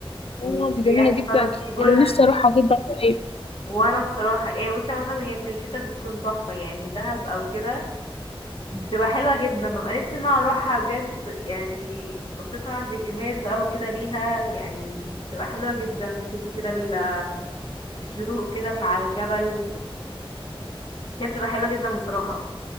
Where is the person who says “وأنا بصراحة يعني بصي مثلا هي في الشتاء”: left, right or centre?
Left